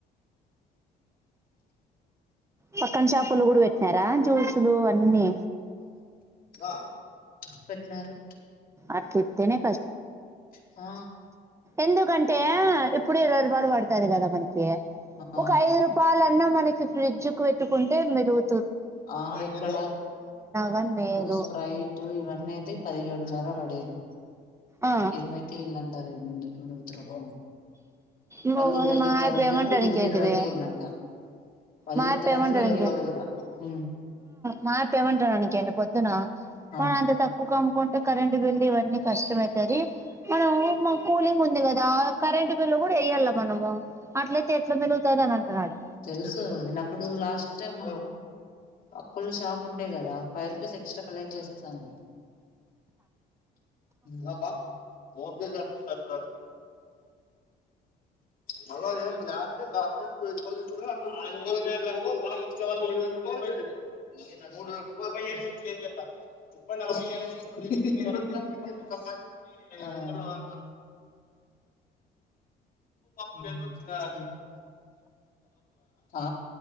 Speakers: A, on the right; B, on the left.
A: పక్కన షాపులు కూడా పెట్టినారా జూల్సులు అన్నీ
B: నా పెట్టినరు
A: అట్లయటనే
B: ఆ
A: ఎందుకంటే ఇప్పుడు ఇరవై రూపాయలు పడుతది కదా మనకి
B: ఆ
A: ఒక ఐదు రూపాయలన్నా మనకి ఫ్రిజ్జు కు పెట్ తుకుంటే మిదుగు
B: ఆ ఇక్కడ
A: గాని మేలు
B: ఇప్పుడు స్ప్రైట్ ఇవన్నీ అయితే పదిహేడు తిన్నార పడేదు
A: ఆ
B: ఇరవైకే ఇళ్ళంటరు ముందు రూపాలు
A: నువ్వు
B: వాళ్ళు ఇరవైకి
A: మా
B: ఇస్తారని
A: ఆయప్ప ఏమంటాడు
B: చెప్పి వెళ్ళు
A: ఇంకేంటివి
B: ఇరవైకే ఇళ్ళంట వాళ్ళిత్తన్నారని
A: మా ఆయప్ప ఏమంటాడు
B: వీళ్ళు ఇల్లంట ఊ
A: మాయప్ప ఏం అంటాడనుకోయింటివి పొద్దున
B: ఆ
A: కాన్ అంత తక్కువ్ క్కువమ్కుంటే కరెంట్ బిల్ ఇవన్నీ కష్టమ అయితది మనకు కూలింగ్ ఉంది కదా కరెంట్ బిల్ కూడా ఎయ్యల్ల మనము అట్లయితే ఎట్లా మిలుగుతది అని అంటన్నాడు.
B: తెలుసు నేను అప్పుడు లాస్ట్ టైమ్ అకుల్ షాప్ ఉండే కదా ఫైవ్ రూపీస్ ఎక్స్ట్రా కలెక్ట్ చేస్తాను. రాప్ప ఒర్ చూసినర్ <unintelligible> మాల్ల ఎమ్ డాక్ డాక్టర్స్ లేడు <unintelligible> మూడు వేల రూపాయలు ఏం చేత్తాంటివి ముప్పై నలభై ఏళ్ళ నుంచి కోట్లు సంపాఇంచి <unintelligible> నిజంగా ఆ